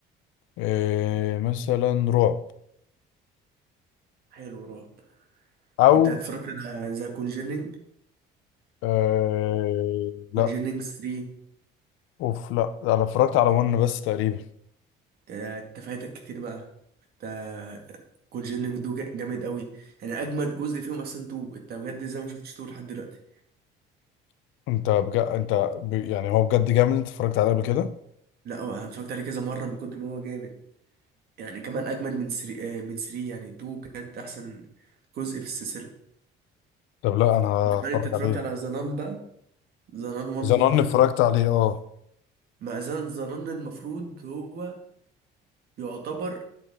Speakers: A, on the left; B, on the right.
A: آه، مثلا رعب
B: حلو رعب
A: او
B: انت اتفرجت على ذا كونجيرنينج
A: آه، لا
B: كونجيرنينج 3
A: اوف لا انا اتفرجت على ون بس تقريبا
B: انت فايتك كتير بقى انت كونجيرنينج دو جا- جامد قوي يعني اجمد جزء فيهم اصلا 2 انت بجد زي ما شفتش 2 لحد دلوقتي
A: انت بجد انت ب... يعني هو بجد جامد انت اتفرجت عليه قبل كده؟
B: لا هو انا اتفرجت عليه كذا مره من كتر ما هو جامد يعني كمان اجمد من 3 من 3 يعني 2 بجد احسن جزء في السلسله
A: طب لا انا هتفرج
B: وكمان انت اتفرجت
A: عليه
B: على زنان بقى زنان 1
A: زنان
B: وزنان
A: اتفرجت
B: 2
A: عليه اه
B: مع زنان زنان المفروض هو يعتبر